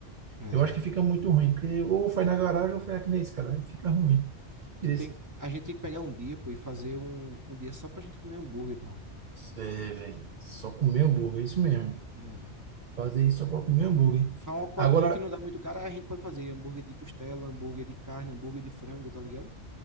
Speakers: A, on the right (about 15°); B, on the right (about 45°).
A: É.
B: eu acho que fica muito ruim, porque ou faz na garagem ou faz aqui na escada, aí fica ruim. Entendeu?
A: Tu tem, a gente tem que pegar um dia, pô, e fazer um, um dia só pra gente comer hambúrguer, pô.
B: É, velho, só comer hambúrguer, é isso mesmo.
A: É.
B: Fazer isso só pra comer hambúrguer.
A: Faz uma cotinha
B: Agora,
A: que não dá muito cara, aí a gente pode fazer hambúrguer de costela, hambúrguer de carne, hambúrguer de frango, tá ligado?